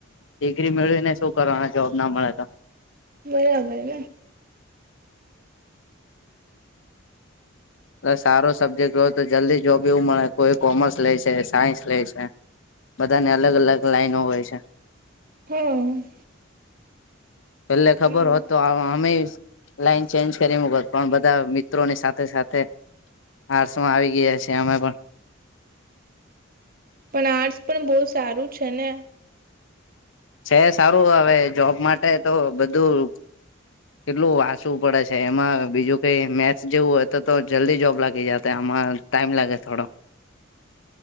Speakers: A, on the left; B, on the right.
A: ડિગ્રી મેળવી ને શું કરવાના જોબ ના મળે તો
B: બરાબર
A: સારો સબ્જેક્ટ હોય તો જલ્દી જોબ એવું મળે કોઈ કોમર્સ લે છે સાયન્સ લે છે બધાને અલગ અલગ લાઈનો હોય છે
B: હમ
A: પેલે ખબર
B: પણ
A: હોત તો અમે લાઈન ચેન્જ કરી મકોત પણ બધા મિત્રોની સાથે સાથે આટર્સમાં આવી ગયા છીએ અમે પણ
B: પણ આર્ટસ પણ બહુ સારું છે ને
A: છે સારું હવે જોબ માટે તો બધું કેટલું વાંચવું પડે છે એમાં બીજું કઈ મેથસ જેવું હોય તો તો જલ્દી જોબ લાગી જ આમાં ટાઈમ લાગે થોડો